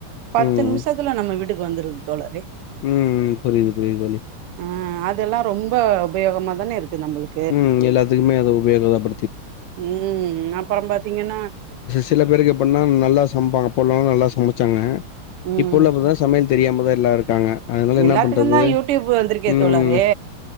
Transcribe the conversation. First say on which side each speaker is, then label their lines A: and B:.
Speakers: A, on the right; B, on the left.
A: பத்து
B: ம்
A: நிம்ஷத்துல நம்ம வீட்டுக்கு வந்துருது தோழரே
B: ம் ம் புரியுது புரியுது தோழி
A: ஆ அதெல்லா ரொம்ப உபயோகமா தானே இருக்கு நம்மளுக்
B: ம் எல்லாத்துக்குமே அது உபயோகந்தா படுத்தி
A: ம் அப்பறோ பாத்தீங்கென்னா
B: சில பேருக்கு எப்படின்னா நல்லா சமைப்பாங்க அப்ப எல்லா நல்லா சமைச்சாங்க
A: ம்
B: இப்போ உள்ள அப்போ தா சமையல் தெரியாமதா எல்லா இருக்காங்க அதனால என்னா
A: எல்லாத்துக்குந்தா
B: பண்றது
A: யூடியூப் வந்திருக்கே
B: ம்
A: தோழரே